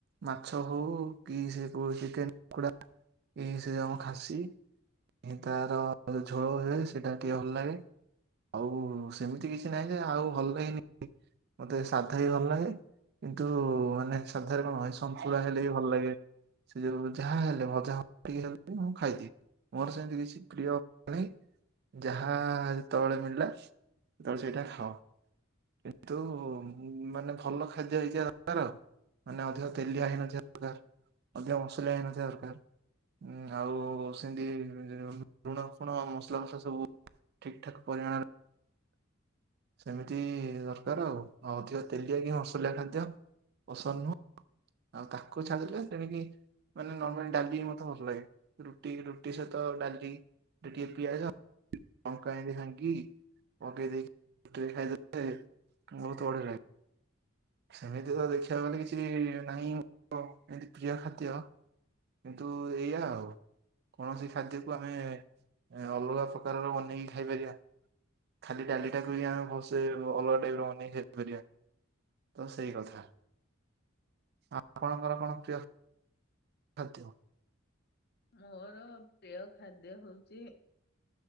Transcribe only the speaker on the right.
ମାଛ ହଉ କି ସେ କୋ ଚିକେନ କୁଡା ଏଇ ସେ ଯୋଉ ଖାସି। ଏଁ ତାର ଝୋଳ ହୁଏ ସେଇଟା ଟିକେ ଭଲ ଲାଗେ। ଆଉ ସେମିତି କିଛି ନାହିଁ ଯେ ଆଉ ଭଲଗେନି ମତେ ସାଧା ବି ଭଲାଗେ। କିନ୍ତୁ ମାନେ ସାଧାରେ କଣ ଏ ସନ୍ତୁଳା ହେଲେ ବି ଭଲ ଲାଗେ। ସେ ଯୋଉ ଯାହା ହେଲେ ଭଜା ହ ଟିକେ ହେଲେ ମୁଁ ଖାଇଦିଏ। ମୋର ସେମିତି କିଛି ପ୍ରିୟ ନାହିଁ ଯାହା ଯେତଳେ ମିଳିଲା ତ ସେଇଟା ଖାଅ କିନ୍ତୁ ମୁଁ ମାନେ ଭଲ ଖାଦ୍ୟ ହେଇଥିବା ଦଆର ମାନେ ଅଧିକ ତେଲିଆ ହେଇନଥିବା ଅକାର। ଅଧିକ ମସଲା ହେଇନଥିବା ଦରକାର। ଉଁ ଆଉ ସେନ୍ତି ଲୁଣ ଫୁଣ ମସଲା ଫସା ସବୁ ଠିକ୍ ଠାକ୍ ପରିମାଣରେ ସେମିତି ଦରକାର ଆଉ। ଆଉ ଅଧିକ ତେଲିଆ କି ମସଲିଆ ଖାଦ୍ୟ ପସନ୍ଦ ନୁହଁ। ଆଉ ତାକୁ ଛାଡିଲେ ସେଣିକି ମାନେ ନର୍ମାଲ ଡାଲି ମତେ ଭଲ ଲାଗେ ରୁଟି ରୁଟି ସହିତ ଡାଲି। ଦିଟିଏ ପିଆଜ ଲଙ୍କା ଏନ୍ତି ଭାଙ୍ଗି ପକେଇ ଦେଇକି <unintelligible> ବହୁତ ବଢିଆ ଲାଗ୍ ସେମିତି ତ ଦେଖିବାକୁ ଗଲେ କିଛି-ଇ-ଇ-ଇ ନାହିଁ ମୋ ଏମତି ପ୍ରିୟ ଖାଦ୍ୟ କିନ୍ତୁ ଏଇଆା ଆଉ। କୌଣସି ଖାଦ୍ୟକୁ ଆମେ-ଏ-ଏ-ଏ ଅଲଗା ପ୍ରକାରର ବନେଇକି ଖାଇପାରିବା। ଖାଲି ଡାଲିଟା କୁ ହି ଆମେ ଭଲସେ-ଏ-ଏ ଅଲଗା ଟାଇପର ବନେଇକି ଖାଇ ପାରିବା। ତ ସେଇ କଥା। ଆପଣଙ୍କର କଣ ପ୍ରିୟ ଖାଦ୍ୟ?